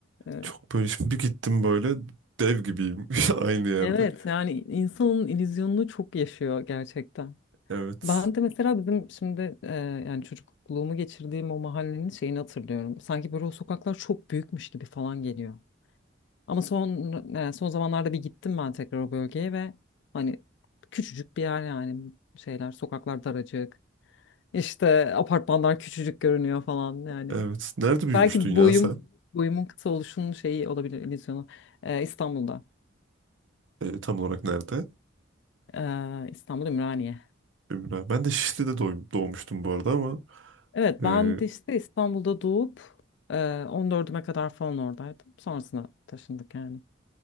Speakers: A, on the left (about 65°); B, on the right (about 75°).
A: Evet.
B: Çok böyle şimdi bir gittim böyle dev gibiyim <laughs> aynı yerde.
A: Evet yani insanın illüzyonunu çok yaşıyor gerçekten.
B: Evet.
A: Ben de mesela bizim şimdi e, yani çocukluğumu geçirdiğim o mahallenin şeyini hatırlıyorum. Sanki böyle o sokaklar çok büyükmüş gibi falan geliyor. Ama son e, son zamanlarda bir gittim ben tekrar o bölgeye ve hani küçücük bir yer yani şeyler sokaklar daracık. İşte apartmanlar küçücük görünüyor falan yani.
B: Evet. Nerede büyümüştün
A: Belki
B: ya
A: boyum
B: sen?
A: boyumun kısa oluşunun şeyi olabilir illüzyonu. E, İstanbul'da.
B: E, tam olarak nerede?
A: E, İstanbul Ümraniye.
B: Ömür abi. Ben de Şişli'de doğum- doğmuştum bu arada ama
A: Evet
B: e,
A: ben de işte İstanbul'da doğup e, 14'üme kadar falan oradaydım. Sonrasına taşındık yani.